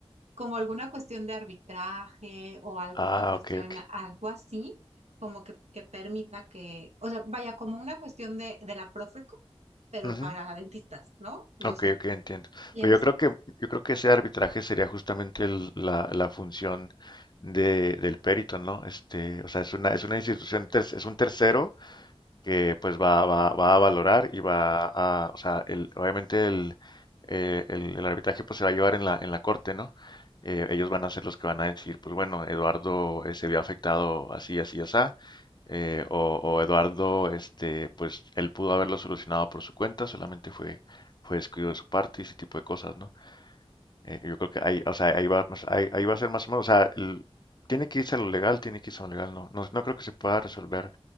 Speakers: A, on the right; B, on the left.
A: como alguna cuestión de arbitraje o alguna
B: Ah,
A: cuestión,
B: ok, ok.
A: algo así, como que, que permita que, o sea, vaya como una cuestión de, de la Profeco, pero
B: Ujú.
A: para dentistas, ¿no? No
B: Ok,
A: sé,
B: ok, entiendo.
A: pienso.
B: Pero yo creo que, yo creo que ese arbitraje sería justamente el- la, la función de, del perito, ¿no? Este, o sea, es una, es una institución, ter- es un tercero que pues va, va, va a valorar y va a, o sea, el- obviamente el, eh, el, el arbitraje pues se va a llevar en la, en la corte, ¿no? Eh, ellos van a ser los que van a decir, pues bueno, Eduardo eh, se vio afectado así, así, así, eh, o, o Eduardo, este, pues él pudo haberlo solucionado por su cuenta, solamente fue, fue descuido de su parte y ese tipo de cosas, ¿no? Eh, yo creo que ahí, o sea, ahí va, más- ahí, ahí va a ser más o menos, o sea, el- tiene que irse a lo legal, tiene que irse a lo legal, no, no, no creo que se pueda resolver